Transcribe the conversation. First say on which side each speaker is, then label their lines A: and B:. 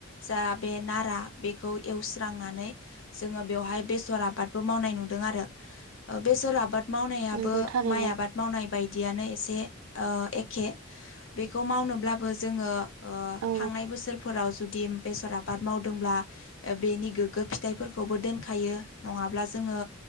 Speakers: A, on the left (about 65°); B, on the right (about 80°).
A: जा बे नारा बेखौ एवस्रांनानै जोङो। बेवहाय बेसर आबादबो मावनाय नुदों आरो ओ बेसर आबाद मावनायाबो
B: नंगौ थारैनो
A: माइ आबाद मावनाय बायदि। दियानो एसे ओ एखे बेखौ मावनोब्लाबो जोङो। ओ
B: औ
A: थांनाय बोसोरफोराव जुदि बेसर आबाद मावदोंब्ला बेनि गोगो फिथाइफोरखौबो दोनखायो नङाब्ला जोङो। ङो